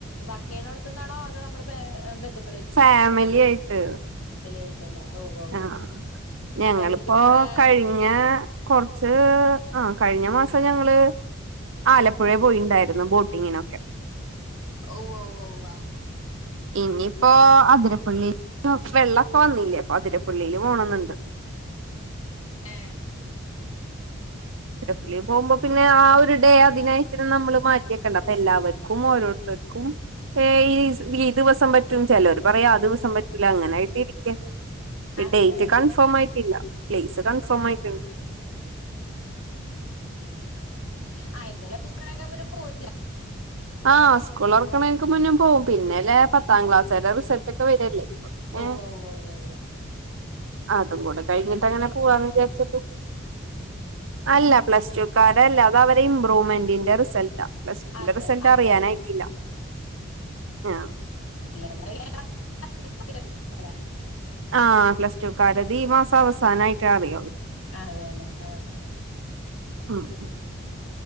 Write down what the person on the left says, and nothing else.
വർക്ക് ചെയ്യണടുത്ത്ന്നാണോ അത് നമ്മുടെ പെരൻ <unintelligible>
ആയിട്ടല്ലേ ഉവ്വ ഉവ്വ
അപ്പൊ എവിടേക്കാ പോണേ
ഔ ഔ ഔവ
ആ
അതെ
ആ എന്തേലും ആ <unintelligible> പിന്നെ പോവൂല
ഉവ്വ ഉവ്വ ഉവ്വ ഉവ്വ
അതെ
അതല്ലേ
<unintelligible>
ആ അതല്ല ആ ആ